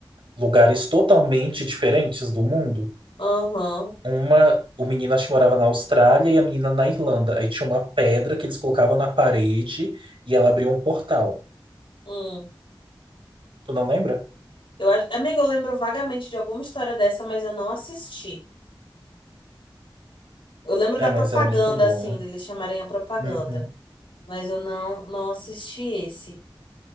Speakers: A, on the right; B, on the left.
A: lugares totalmente diferentes do mundo.
B: Aham.
A: Uma, o menino acho que morava na Austrália e a menina na Irlanda. Aí tinha uma pedra que eles colocavam na parede e ela abriu um portal.
B: Hum.
A: Tu não lembra?
B: Eu, acho- amiga, eu lembro vagamente de alguma história dessa, mas eu não assisti. Eu lembro
A: É,
B: da propaganda,
A: mas era muito bom.
B: assim, deles chamarem a propaganda.
A: Uhum.
B: Mas eu não, não assisti esse.